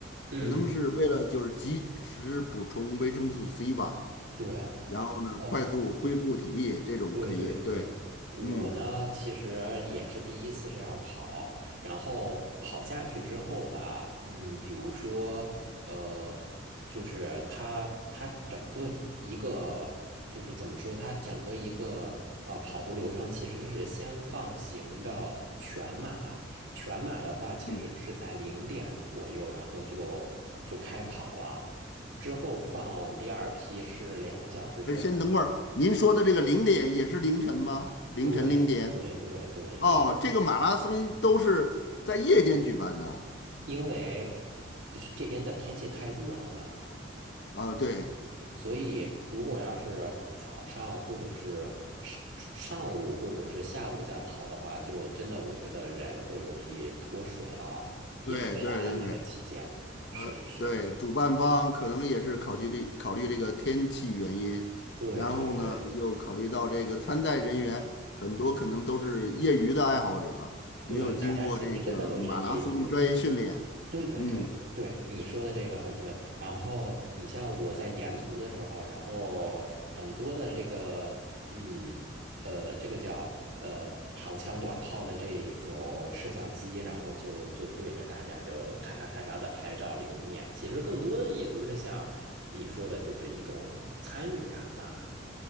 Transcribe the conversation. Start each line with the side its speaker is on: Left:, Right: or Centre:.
Right: 嗯，
Left: 可能是为了就是及时补充维生素 C 吧，
Right: 对。
Left: 然后呢快速恢复体力，
Right: 然后
Left: 这种可以，
Right: 对对对，
Left: 对，
Right: 我呢其实也是第一次这样跑，
Left: 嗯
Right: 然后跑下去之后吧，嗯，比如说，呃，就是它它整个一个就是怎么说，它整个一个啊跑步流程其实是先放行的全马，全马的话其实是在零点左右，
Left: 嗯，
Right: 然后就就开跑了。之后放第二批是两个小时之后。
Left: 哎，先等会儿，您说的这个零点也是凌晨吗？凌晨零点？
Right: 对对对对，零，
Left: 哦，这个马拉松都是在夜间举办的啊。
Right: 因为这边的天气太热了嘛，
Left: 啊，对
Right: 所以如果要是早上或者是是上午或者是下午再跑的话，就真的我觉得人会容易脱水了，
Left: 对对对对，
Right: 安全起见，
Left: 他对主办方可能也是考虑这考虑这个天气原因，
Right: 是是，对对对
Left: 然后呢又考虑到这个参赛人员很多可能都是业余的爱好者，
Right: 对，
Left: 没有经过这个马拉松的专业训练，
Right: 大家其实真的都是业余。对对对对，
Left: 嗯
Right: 你说的这个很对。然后你像我在沿途的时候，然后很多的这个，嗯，呃，这个叫呃长枪短炮的这种摄像机，然后就就对着大家就咔嚓咔嚓的拍照留念。其实更多的也就是像你说的，就是一种参与感嘛。